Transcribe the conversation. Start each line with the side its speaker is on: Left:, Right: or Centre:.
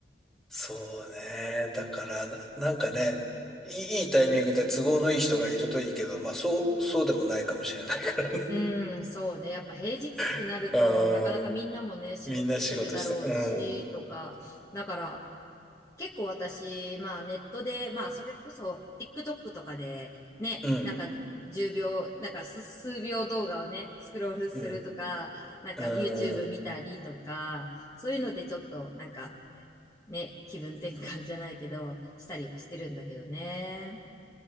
Centre: そうね。だから、ななんかね、いい、いいタイミングで都合のいい人がいるといいけど、まあそう、そうでもないかもしれないからね。
Left: うん、そうね。やっぱ平日ってなると、
Centre: <laughs> ああ、
Left: なかなかみんなもね、仕事してるだろうし、
Centre: みんな仕事して。うん。
Left: とか。だから、結構私、まあネットで、まあそれこそ TikTok とかで、ね、
Centre: うん。
Left: なんか10秒、なんか数数秒動画をね、スクロールするとか、
Centre: うん。
Left: なんか
Centre: うん。
Left: YouTube 見たりとか、そういうのでちょっとなんかね、気分転換じゃないけど、したりはしてるんだけどね。